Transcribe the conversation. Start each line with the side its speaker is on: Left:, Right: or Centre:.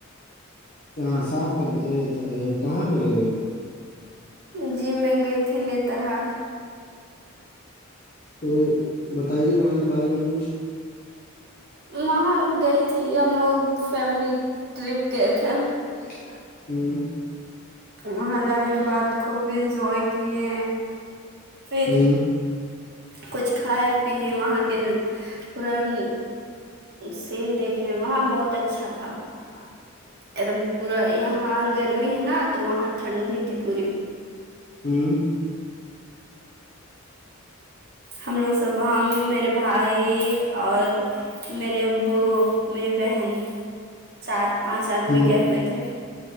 Left: کہاں صاف کر ارے کہاں پہ گئے ہوئے
Right: جی میں گئی تھی نتر ہاڑ
Left: تو بتائیے وہاں کے بارے میں کچھ
Right: وہاں گئی تھی ہم لوگ فیملی ٹرپ گئے تھے
Left: <inaudible> <inaudible>
Right: وہاں جانے کے بعد خوب انجوائے کیے پھر
Left: ہوں
Right: کچھ کھائے پیے وہاں کے پورن سین دیکھے وہاں بہت اچھا تھا
Left: <inaudible>
Right: ایک دم پورا یہاں گرمی ہے نا تو وہاں ٹھنڈی تھی پوری
Left: ہوں
Right: ہم لوگ سب ہم میرے بھائی اور میرے ابو میری بہن چار پانچ آدمی
Left: ہوں
Right: گئے ہوئے تھے